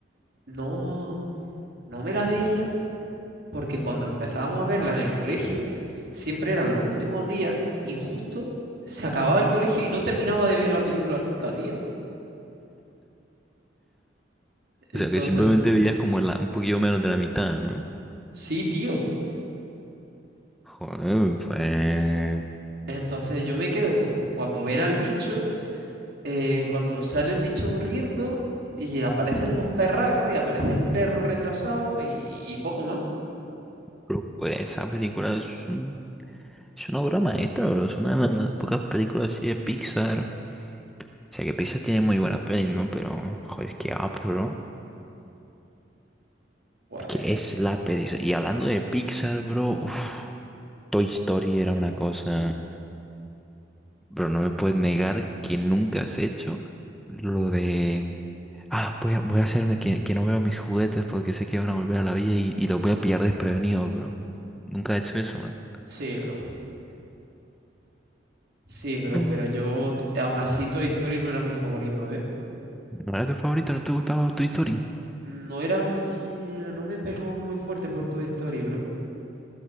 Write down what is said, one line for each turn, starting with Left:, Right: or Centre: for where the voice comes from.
Right: no, no me la veía. porque cuando empezábamos a verla en el colegio, siempre eran los últimos días y justo se acababa el colegio y no terminaba de ver la película nunca, tío. Entonces,
Centre: O sea que simplemente veías como la, un poquito menos de la mitad, ¿no?
Right: sí, tío.
Centre: Joder, pues,
Right: Entonces yo me quedo cu- por cuando ven al bicho, eh, cuando sale el bicho corriendo y aparecen los perracos y aparece el perro retrasado y, y poco más.
Centre: pero, pues, esa película es, un- es una obra maestra, bro. Es una de las pocas películas así de Pixar. O sea que Pixar tiene muy buenas pelis, ¿no? Pero, joder, qué up, bro.
Right: Pues
Centre: Es que es la peli. Y hablando de Pixar, bro, uf, Toy Story era una cosa. Bro, no me puedes negar que nunca has hecho lo de Ah, voy a, voy a hacerme que, que no veo mis juguetes porque sé que van a volver a la vida y, y los voy a pillar desprevenido, bro. Nunca he hecho eso, man.
Right: sí, bro. Sí, bro,
Centre: Mm.
Right: pero yo t- aún así Toy Story no era mi favorito, ¿eh?
Centre: ¿No era tu favorito? ¿No te gustaba tu historia?
Right: No era mi... No me pegó muy fuerte por Toy Story, bro.